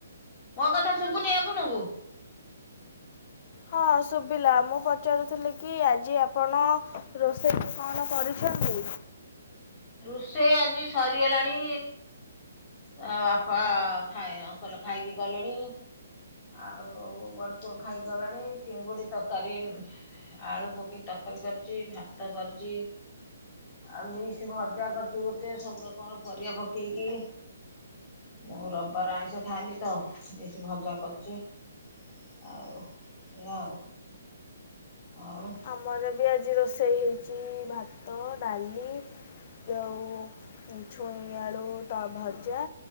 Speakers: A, on the left; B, on the left.
A: ମୋ କଥା ଶୁବୁନି ଆପଣଙ୍କୁ?
B: ହଁ ଶୁବିଲା ମୁଁ ପଚାରୁଥିଲି କି ଆଜି ଆପଣ ରୋଷେଇକୁ କଣ କରିଛନ୍ତି?
A: ରୁଷେଇ ଆଜି ସରିଗଲାଣି। ଆଉ ବାପା ଖାଇ ଅଙ୍କଲ ଖାଇକି ଗଲେଣି। ଆଉ ବଡପଅ ଖାଇଗଲାଣି ଚିଙ୍ଗୁଡି ତରକାରୀ ଆଳୁ ପକେଇ ତରକାରୀ କରିଚି ଭାତ କରିଚି ଆଉ ଏଇ <unintelligible> ଭଜା କରିଚି ଗୋଟେ ସବୁ ରକମର ପରିବା ପକେଇକି। ମୁଁ ରବିବାର ଆଇଁଷ ଖାଏନି ତ ବେଶି ଭଜା କରିଚି। ଆଉ ଏଇଆ ଆଉ।
B: ଆମର ବି ଆଜି ରୋଷେଇ ହେଇଚି ଭାତ, ଡାଲି ଯୋଉ ଛୁଇଁ ଆଳୁ ତ ଭଜା।